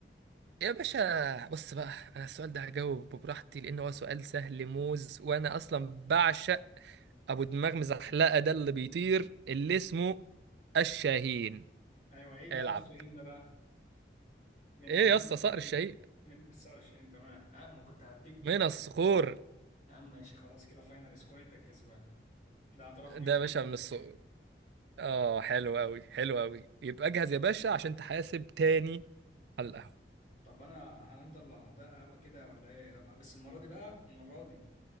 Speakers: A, on the right (about 65°); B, on the left (about 45°).
A: يا باشا بص بقى انا السؤال ده هجاوب براحتي لان هو سؤال سهل موز وانا اصلا بعشق ابو دماغ مزحلقه ده اللي بيطير اللي اسمه الشاهين
B: ايوه ايه بقى
A: العب
B: الشاهين ده بقى من
A: ايه يا
B: من
A: اسطى صقر الشاهين
B: من الصقر الشاهين تمام آه، ما كنت هديك
A: من
B: آه،
A: الصخور
B: يا عم ماشي خلاص كده فاينل سكور انت الكسبان ده اعتراف
A: ده
B: مني
A: يا باشا
B: بذلك
A: من الصقور اه حلو قوي حلو قوي يبقى اجهز يا باشا عشان تحاسب تاني على القهوه
B: طب انا هنفضل على ده قهوه كده ولا ايه لما بس المره دي بقى المره دي